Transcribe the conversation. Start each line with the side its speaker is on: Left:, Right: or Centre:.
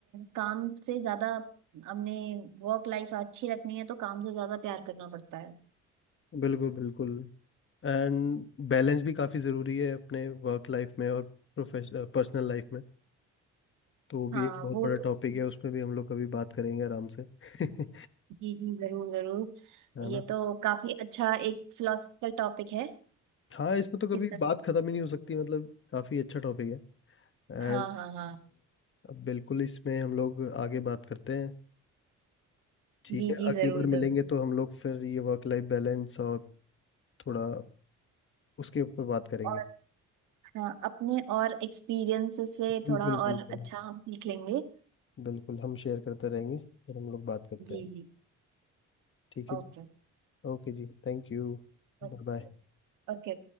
Right: काम से ज्यादा अपने वर्क लाइफ अच्छी रखनी है तो काम से ज्यादा प्यार करना पड़ता है
Left: बिल्कुल बिल्कुल एंड बैलेंस भी काफ़ी ज़रूरी है अपने वर्क लाइफ में और प्रोफेश पर्सनल लाइफ में तो वो भी
Right: हाँ
Left: एक बहुत
Right: वो
Left: बड़ा
Right: तो
Left: टॉपिक
Right: है।
Left: है उसमें भी हम लोग कभी बात करेंगे आराम से <laughs>
Right: जी जी जरूर जरूर
Left: है ना
Right: ये तो काफी अच्छा एक फिलोसफिकल टॉपिक है
Left: हाँ इसमें तो कभी
Right: किस तरह
Left: बात खत्म ही नहीं हो सकती मतलब काफी अच्छा टॉपिक है एंड
Right: हाँ हाँ हाँ
Left: अब बिल्कुल इसमें हम लोग आगे बात करते हैं ठीक
Right: जी
Left: है
Right: जी
Left: अगली
Right: जरूर
Left: बार
Right: जरूर
Left: मिलेंगे तो हम लोग फिर ये वर्क लाइफ बैलेंस और थोड़ा उसके ऊपर बात करेंगे
Right: और हाँ अपने और एक्सपीरियंस से
Left: बिल्कुल
Right: थोड़ा और
Left: बिल्कुल
Right: अच्छा हम सीख लेंगे
Left: बिल्कुल हम शेयर करते रहेंगे फिर हम लोग बात करते
Right: जी
Left: हैं
Right: जी
Left: ठीक है
Right: ओके
Left: जी ओके जी थैंक यू
Right: ओके
Left: Bye bye
Right: ओके